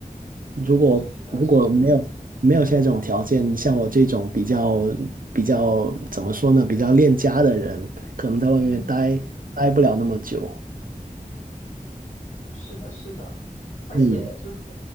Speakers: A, on the right (about 70°); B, on the left (about 55°).
A: 如果如果没有没有现在这种条件，
B: 是的，是的，
A: 像我这种比较比较怎么说呢，比较恋家的人，可能在外面待待不了那么久。
B: 嗯，是的，是的。而且就是
A: 嗯，